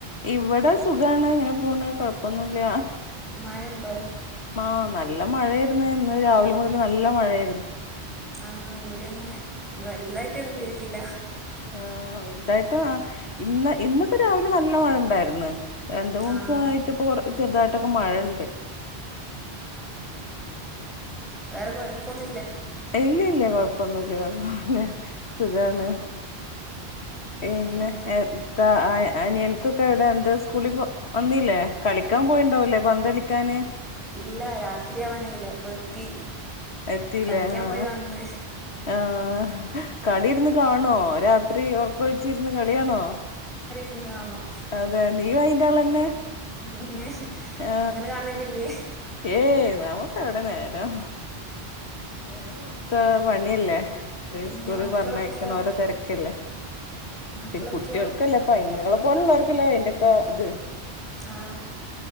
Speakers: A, on the left; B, in the centre.
A: ഇവിടെ സുഖ എന്താണ് ഇങ്ങനെ പോണ് കുഴപ്പൊന്നുല്ല
B: മഴ ഉണ്ടോ
A: മാ നല്ല മഴ ആയിര്ന്ന ഇന്ന് രാവിലെ മുതൽ നല്ല മഴയായിര്ന്നു
B: ആഹ് ഇവിടെ അങ്ങനെ വലുതായിട്ട ഒന്നും പേയ്തിക്കില്ല
A: ആ വലുതായിട്ട് ഇന്ന് ഇന്നിപ്പോ രാവിലെ നല്ല മഴ ഉണ്ടായിര്ന്ന് രണ്ടു മൂന്നുസായിട്ട്
B: ആഹ്
A: ഇപ്പൊ കൊറ ചെറുതായിട്ടൊക്കെ മഴുണ്ട് ഉം ഉ
B: വേറെക്ക ഇപ്പൊന്ന
A: ഇല്ല ഇല്ല കൊഴപ്പം ഒന്നൂല്യ കുഴപ്പം സുഖാണ് പിന്നെ
B: പിൻ
A: എന്താ ആ അനിയന്ക്കൊക്കെ എവിടെ എന്താ സ്കൂളിൽ വന്നീല്ലേ കളിക്കാൻ പോയിണ്ടാവല്ലേ പന്തളിക്കാന്
B: ഇല്ല രാത്രി ആവാനായില്ലേ അപ്പൊ എത്തി
A: എത്തില്ലേ
B: കളിക്കാൻ
A: ആ
B: പോയി വന്ന്
A: ആ കളി ഇരുന്ന് കാണോ രാത്രി ഒർക്ക ഒഴിച്ചി ഇരുന്ന് കളിയാണോ
B: ഇന്ന് കാണും
A: അതെ നീയും അയിന്റെആളെന്നെ
B: പിന്നെ
A: ആ
B: ഇങ്ങള് കാണലില്ലേ
A: ഏയ് നമക്ക് എവിടെ നേരം നേരം വെളുത്ത പണിയല്ലേ
B: പിന്നെ
A: സ്കൂളിൽ
B: മക്കളൊക്കെയോ
A: പറഞ്ഞക്ക്ണ ഓരോ തിരക്കല്ലേ
B: മക്കളൊക്കെയോ
A: പി കുട്ടികൾക്കല്ലേ ഇപ്പൊ ഇങ്ങളെ പോലുള്ളവർക്കല്ലോ അയിന്റെൊക്കെ ഇത്
B: ആ